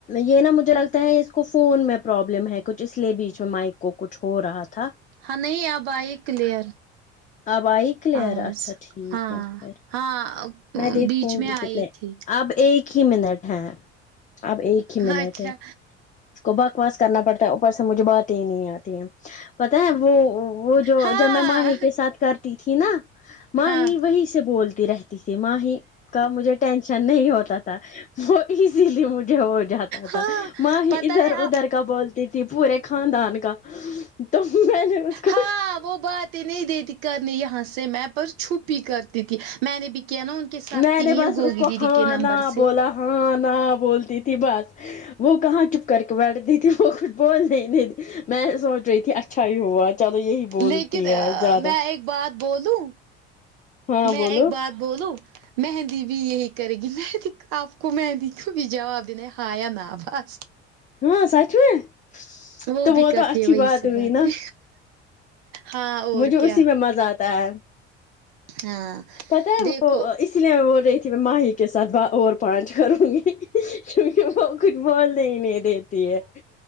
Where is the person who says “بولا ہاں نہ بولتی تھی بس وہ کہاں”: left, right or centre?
Left